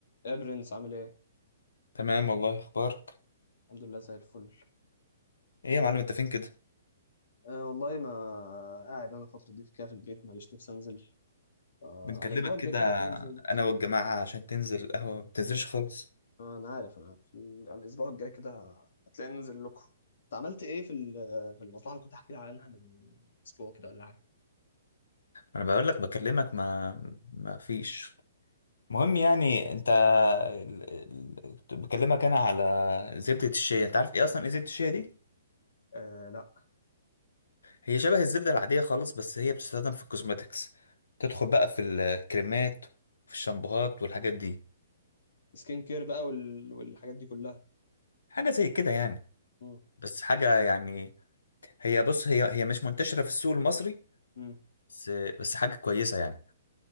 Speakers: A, on the left; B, on the left.
A: يا برنس عامل ايه؟
B: تمام والله اخبارك
A: الحمد لله زي الفل
B: ايه يا معلم انت فين كده
A: أه والله ما قاعد انا الفترة دي كده في البيت ماليش نفسي انزل أه
B: بنكلمك
A: على الاسبوع الجاي
B: كده
A: كده هتلاقيني نزلت
B: انا والجماعه عشان تنزل القهوه ما بتنزلش خالص
A: أه انا عارف انا عارف على الاسبوع الجاي كده هتلاقيني ننزل لكم انت عملت ايه في ال- في المصلحة اللي كنت احكي لك عنها من اسبوع كده ولا حاجة؟
B: انا بقول لك بكلمك ما ما فيش المهم يعني انت ال- ال- كنت بكلمك انا على زبده الشيا انت عارف ايه اصلا ايه زبده الشيا دي
A: أه لا
B: هي شبه الزبده العاديه خالص بس هي بتستخدم في الكوزماتكس تدخل بقى في الكريمات في الشامبوهات والحاجات دي
A: سكين كير بقى وال... والحاجات دي كلها
B: حاجه زي كده يعني
A: مم.
B: بس حاجه يعني هي بص هي هي مش منتشره في السوق المصري
A: مم.
B: بس بس حاجة كويسة يعني